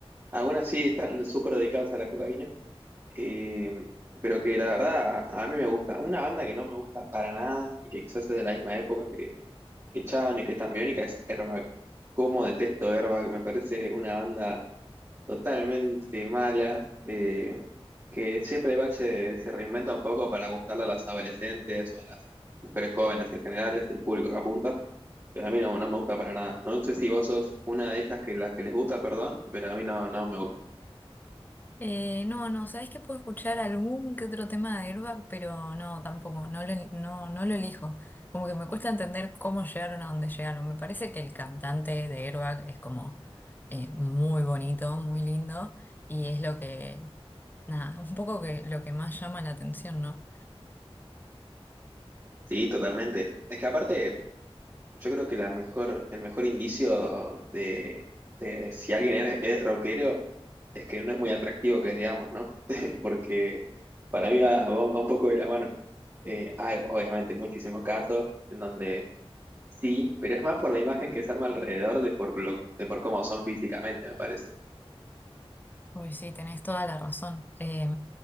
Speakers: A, on the right; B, on the left.
A: algunas sí están súper dedicadas a la cocaína, eh, pero que la verdad a mí me gusta. Una banda que no me gusta para nada y que quizás es de la misma época que, que Chan y que Tan Biónica es Airbag. Cómo detesto Airbag, me parece una banda totalmente mala, eh, que siempre igual se, se reinventa un poco para gustarle a las adolescentes o a las mujeres jóvenes, que en general es el público que apunta, pero a mí no, no me gusta para nada. No sé si vos sos una de ellas que las que les gusta, perdón, pero a mí no, no me gusta.
B: Eh, no, no, sabes que puedo escuchar algún que otro tema de Airbag, pero no, tampoco, no lo, no, no lo elijo. Como que me cuesta entender cómo llegaron a donde llegaron. Me parece que el cantante de Airbag es como eh, muy bonito, muy lindo, y es lo que, nada, un poco que lo que más llama la atención, ¿no?
A: Sí, totalmente. Es que aparte Yo creo que la mejor, el mejor indicio de, de si alguien es, es rockero es que no es muy atractivo que digamos, ¿no? <laughs> Porque para mí va, va un va un poco de la mano. Eh, hay obviamente muchísimos casos en donde sí, pero es más por la imagen que se arma alrededor de por, lo- de por cómo son físicamente, me parece.
B: Uy, sí, tenés toda la razón. Eh,